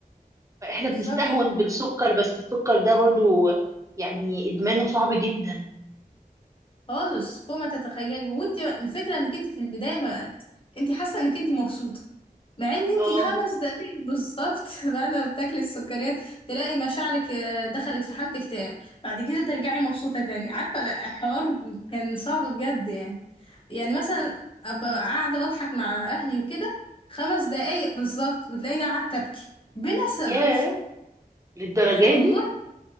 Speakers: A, on the right; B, on the left.
A: فاحنا
B: بالظبط
A: بنستهون
B: كده
A: بالسكر بس السكر ده برضو يعني ادمانه صعب جدا
B: خالص فوق ما تتخيلي وانت الفكره انك انت في البدايه ما انت حاسه انك انت مبسوطه مع ان انتي
A: اه
B: خمس دقايق بالظبط <laughs> بعد ما بتاكلي السكريات تلاقي مشاعرك آه، دخلت في حالة اكتئاب بعد كده ترجعي مبسوطة تاني عارفة لا الحوار كان صعب بجد يعني يعني مثلا ابقى قاعدة بضحك مع اهلي وكده خمس دقايق بالظبط وتلاقيني قاعدة ابكي بلا سبب
A: ياه للدرجه
B: <laughs> والله
A: دي